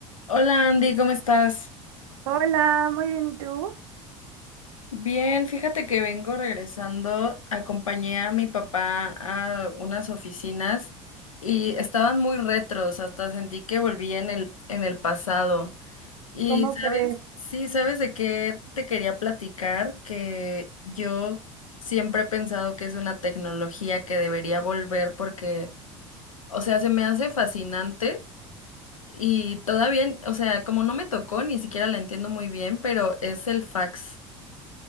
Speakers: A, on the left; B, on the right.
A: Hola Andy, ¿cómo estás?
B: Hola, muy bien, ¿y tú?
A: Bien, fíjate que vengo regresando. Acompañé a mi papá a unas oficinas y estaban muy retros, hasta sentí que volví en el, en el pasado. Y
B: ¿Cómo
A: sabes,
B: crees?
A: sí, ¿sabes de qué te quería platicar? Que yo siempre he pensado que es una tecnología que debería volver porque, o sea, se me hace fascinante. Y todavía, o sea, como no me tocó, ni siquiera la entiendo muy bien, pero es el fax.